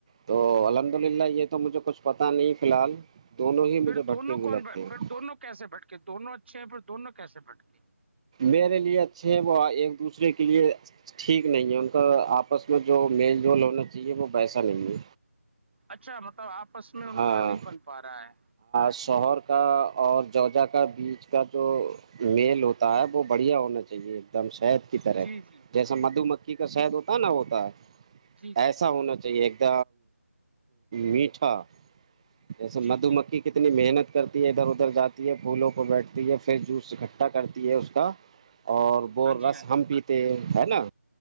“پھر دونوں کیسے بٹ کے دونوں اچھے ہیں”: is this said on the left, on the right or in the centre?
Right